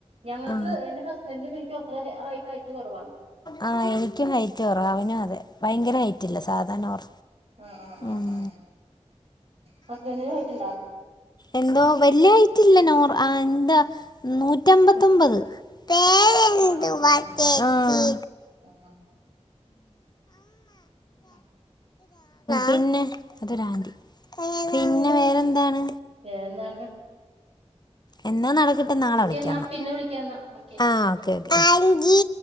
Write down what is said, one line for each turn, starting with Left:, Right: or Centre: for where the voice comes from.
Right: ഞങ്ങക്ക്
Left: ആ
Right: എന്റെ ഹുസ്‌ബെൻഡിനും എനിക്കും അത്ര ഹൈറ്റ് കൊറവാ
Left: ആഹ എനിക്കും ഹൈറ്റ് കുറവ അവനും അതെ ഭയങ്കര ഹൈറ്റ്‌ ഇല്ല സാധാ നോർ
Right: ആ ആ ആ
Left: ഉം
Right: ആ ഹസ്ബൻഡ്ന് ഹൈറ്റ്‌ണ്ടോ
Left: എന്തോ വല്യ ഹൈറ്റില്ല നോർ എന്താ നൂറ്റമ്പത്തൊമ്പത് പേരെന്തുവാ
Right: ആ ആണോ ഹഹ ഹഹ
Left: ചേച്ചീടെ
Right: ആ ആ <unintelligible>
Left: പിന്നെ അതൊരാന്റി പിന്നെ
Right: ഉം
Left: വേറെന്താണ്
Right: വേറെന്താണ്
Left: എന്നാ നടക്കട്ടെ നാളെ
Right: ഓക്കെ
Left: വിളിക്കാന്ന
Right: എന്നാ പിന്നെ വിളിക്കാന്നാ ഓക്കെ
Left: ആന്റീ
Right: ശരി